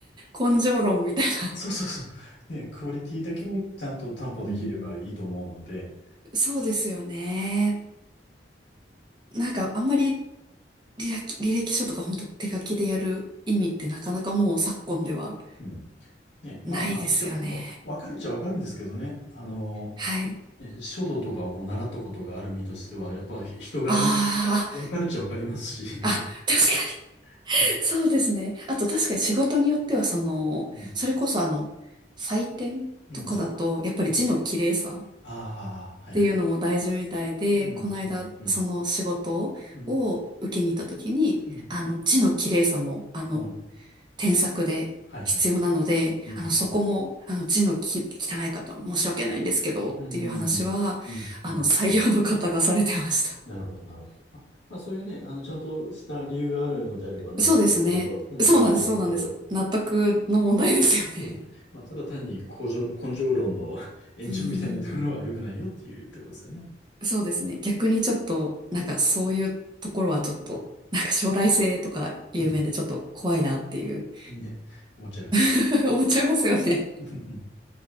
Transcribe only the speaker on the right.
根性論みたいな。
うん。そうですよね。なんかあんまり履歴、履歴書とか本当手書きでやる意味ってなかなかもう昨今では
ないですよね。
はい。
ああ、あ、確か
に。そうですね。あと確かに仕事によってはその、
それこそあの、採点とかだと、
やっぱり字の綺麗さ
っていうのも大事みたいで、
この間、
その仕事を受けに行った時に、
あの、字の綺麗さも、あの、
添削で必要なので、
あの、そこも、
あの、字のき汚い方は申し訳ないんですけど、
っていう話は、
あの、採用の方がされてました。
そうですね。
そうなんです、
そうなんです。納得の問題ですよね。
うんそうですね。逆にちょっと、なんかそういうところはちょっと、なんか将来性とか有名でちょっと怖いなっていう
<laughs> 思っちゃいますよね。